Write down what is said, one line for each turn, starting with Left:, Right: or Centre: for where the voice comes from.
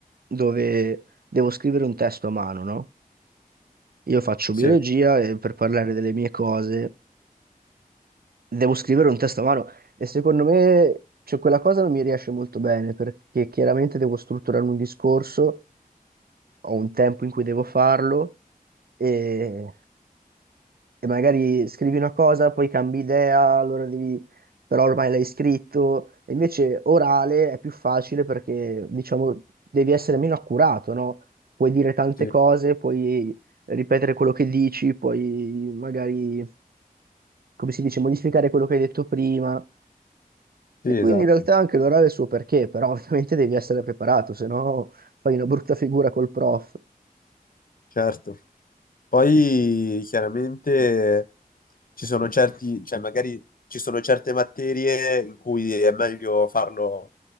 Right: dove devo scrivere un testo a mano, no? Io faccio
Left: sì,
Right: biologia e per parlare delle mie cose devo scrivere un testo a mano e secondo me cioè, quella cosa non mi riesce molto bene perché chiaramente devo strutturare un discorso, ho un tempo in cui devo farlo e, e magari scrivi una cosa, poi cambi idea, allora devi, però ormai l'hai scritto, E invece orale è più facile perché diciamo devi essere meno accurato, no? Puoi dire tante
Left: sì,
Right: cose, puoi ripetere quello che dici, puoi magari come si dice, modificare quello che hai detto prima.
Left: sì,
Right: E quindi
Left: esatto,
Right: in realtà anche l'orale ha il suo perché, però <laughs> ovviamente devi essere preparato, se no fai una brutta figura col prof.
Left: certo. Poi chiaramente ci sono certi, cioè magari ci sono certe materie in cui è meglio farlo